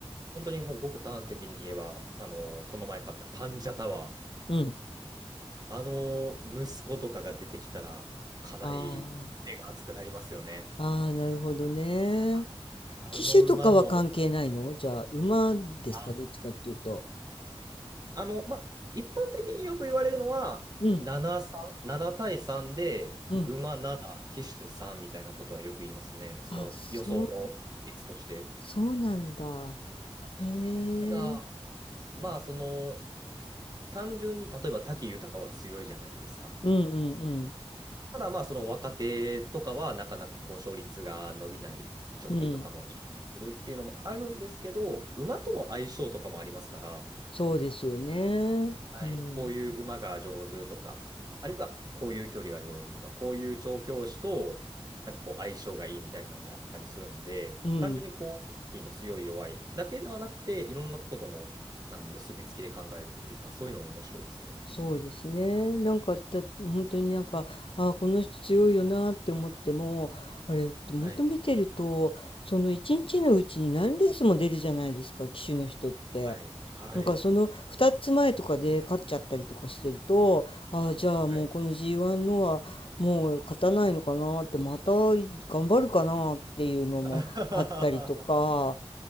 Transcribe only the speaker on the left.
うん。
ああ、ああ、なるほどね。
機種とかは関係ないのじゃあ、馬ですかどっちかっていうと。
うん、
うん。
あ、そうそうなんだ。へえ。
うんうん
うん。うん。
そうですよね。
うん。
うん。
そうですね。なんかだ本当になんか、ああ、この人強いよなって思っても、あれ、本当見てると、
その一日のうちに何レースも出るじゃないですか、騎手の人って。
なんかその2つ前とかで勝っちゃったりとかしてると、ああ、じゃあもうこの
G1 のはもう勝たないのかなって、また頑張るかなっていうのもあったりとか、